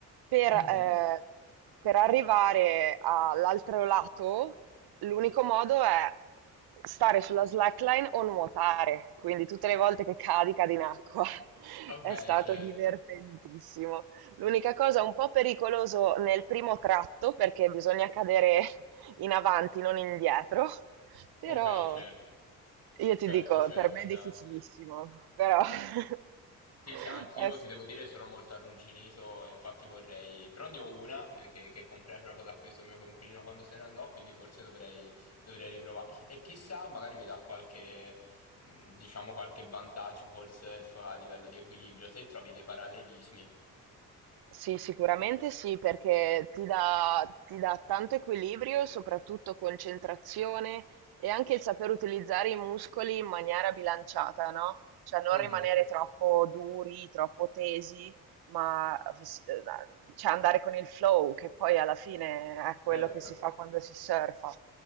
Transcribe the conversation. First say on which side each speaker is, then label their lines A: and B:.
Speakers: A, on the right; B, on the left.
A: per,
B: <clears throat> Mhm.
A: eh, per arrivare all'altro lato L'unico modo è stare sulla slackline o nuotare, quindi tutte le volte che cadi, cadi in acqua. <laughs>
B: Ok,
A: È stato
B: certo,
A: divertentissimo. L'unica cosa un po' pericoloso nel primo tratto perché bisogna cadere <laughs> in avanti, non indietro, però
B: ok, certo,
A: io ti
B: certo,
A: dico,
B: certo,
A: per me
B: chiaro.
A: è difficilissimo, però <laughs>
B: Sì, sì, anch'io
A: è s-
B: ti devo dire sono molto arrugginito, e infatti vorrei... Però ne ho una eh, che, che comprai proprio da questo mio coinquilino quando se ne andò, quindi forse dovrei, dovrei riprovarci. E chissà, magari mi dà qualche, mh, diciamo, qualche vantaggio col surf a livello di equilibrio, se trovi dei parallelismi.
A: Sì, sicuramente sì, perché ti dà, ti dà tanto equilibrio, soprattutto concentrazione e anche il saper utilizzare i muscoli in maniera bilanciata, no? Cioè non
B: Mhm,
A: rimanere troppo duri, troppo tesi, ma s- eh, cioè andare con il flow, che poi alla fine è quello
B: Certo,
A: che si fa quando si surfa.